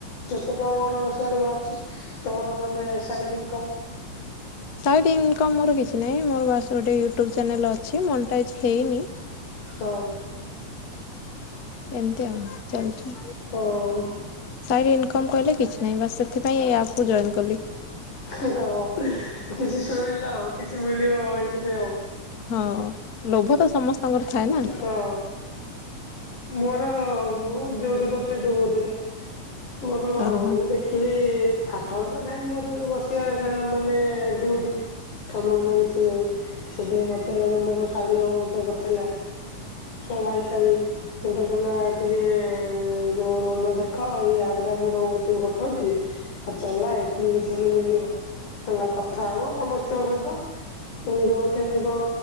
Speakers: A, on the left; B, on the left.
A: କେତେ ଟଙ୍କା କଣ ସିଆଡୁ ବାହାରୁଛି ତମର ମାନେ ସାଇଡ ଇନକମ୍।
B: ସାଇଡ ଇନକମ ମୋର କିଛି ନାହିଁ ମୋର ବାସ ଗୋଟେ ୟୁଟ୍ୟୁବ ଚ୍ୟାନେଲ ଅଛି ମନିଟାଇଜ୍ ହେଇନି।
A: ହଁ।
B: ଏମିତି ଆଉ ଚାଲିଛି।
A: ଓ ହୋ।
B: ସାଇଡ ଇମକମ କହିଲେ କିଛି ନାହିଁ ବାସ ସେଥିପାଇଁ ଏଇ ଆପ କୁ ଜଏନ୍ କଲି।
A: ହଁ କିଛି ଶୁଣିଲ ଆଉ କିଛି ମିଳିବ ଆଉ ଏଇଥି ପାଇଁ ଆଉ।
B: ହଁ ଲୋଭ ତ ସମସ୍ତଙ୍କର ଥାଏ ନା।
A: ହଁ ମୋର ମୁଁ ଡ୍ୟୁଟି କରୁଛି ଡୋବରେ। ମୋର
B: ଓହୋ
A: ମୁଁ ଦେଖିଲି ଆଠ ଘଣ୍ଟା ଟାଇମ ମୋ ବସିବା ଏଇଟା ମାନେ ଡିଉଟି। କାମଧନ୍ଦା କିଛି ନାହିଁ ସେଥି ପାଇଁ ମତେ ଜଣେ ମୋର ଶାଳି ହେବ ମତେ ପଠେଇଲା। ମୋ ଭାଇଶାଳୀ। ମତେ କହିଲା ଟିକେ ଯୋଉ ନନା ଦେଖ ଏଇ ଆପ ଟା ମୁଁ ତମ ଗତିକି ପଠଉଛି। ଆଉ ଚଲା ଏଥିରୁ କିଛି ହେଲେ ମିଳିବ ହେଲା କଥା ହବ ସମସ୍ତିଙ୍କ ସହିତ। ମୁଁ ଯୋଉ କେମତି କଣ